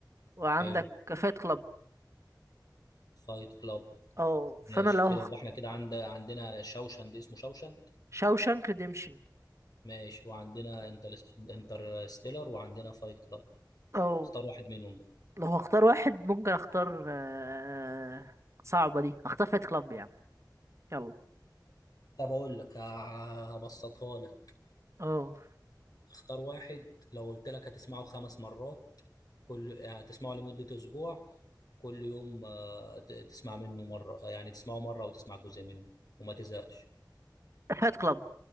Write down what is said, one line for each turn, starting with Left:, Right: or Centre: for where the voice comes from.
Right: وعندك
Left: حلو
Right: فايت كلاب
Left: فايت كلاب
Right: اه
Left: ماشي
Right: فانا لو
Left: كده
Right: هخ...
Left: يبقى احنا كده عند عندنا شوشند اسمه شوشند
Right: شاوشانك ريديمشن
Left: ماشي وعندنا انترستيلر وعندنا فايت كلاب
Right: او
Left: اختار واحد منهم بقى
Right: لو هختار واحد ممكن اختار آه، صعبة دي اختار فايت كلاب يعني يلا
Left: طب اقول لك ه- هبسطها لك
Right: اه
Left: اختار واحد لو قلت لك هتسمعه خمس مرات كل هتسمعه لمدة أسبوع كل يوم آه، ت- تسمع منه مرة يعني تسمعه مرة وتسمع جزء منه وما تزهقش
Right: فايت كلاب